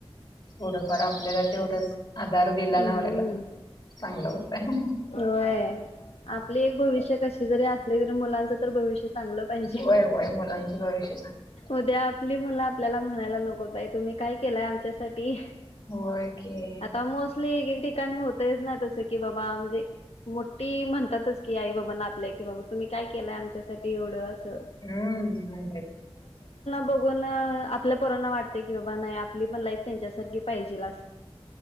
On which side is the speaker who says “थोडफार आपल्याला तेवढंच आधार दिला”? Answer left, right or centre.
Left